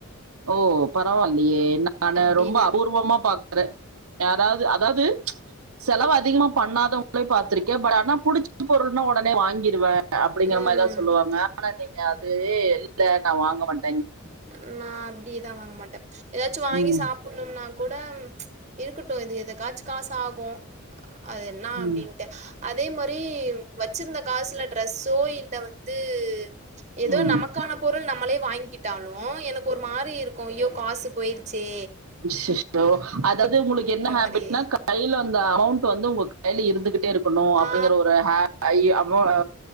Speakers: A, on the right; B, on the right.
A: ஓ பரவால்லியே நானு
B: அப்டின்
A: ரொம்ப அபூர்வமா பாக் குற யாராவ்து அதாவ்து செலவு அதிகமா பண்ணாதவங்கள்யு பாத்துருக்கே பட் ஆனா புடிச்ச பொருள்னா ஒடனே வாங்கிருவ அப்பிடிங்கிற
B: ம்
A: மாரிதா சொல்லுவாங்க ஆனா நீங்க அதுவே இல்ல நா வாங்க மாட்
B: ம் நா அப்டிதா வாங்க மாட்ட எதாச்சு வாங்கி
A: ம்,
B: சாப் புண்ணும்னா கூட இருக்கட்டு இது எதுகாச்சு காசு ஆகு அது என்னா
A: ம்,
B: அப்டின்ட்டு அதே மாரி வச்சிருந்த காசுல ட்ரெஸ்ஸோ இல்ல வந்து எதோ
A: ம்,
B: நமக்கான பொருள் நம்மளே வாய்ங்கிட்டாலு எனக்கு ஒரு மாரி இருக்கு ஐயோ காசு போய்டிச்சே
A: அஷ்ஷஸோ அதாவுது உங்குளுக்கு என்ன ஹேபிட்னா
B: மாரி
A: கையில அந்த அமௌண்ட்டு வந்து உங்க கையில இருந்துகிட்டே இருக்குணு அப்பிடிங்கிற
B: ஆ
A: ஒரு ஹே ஆயி அமொ அ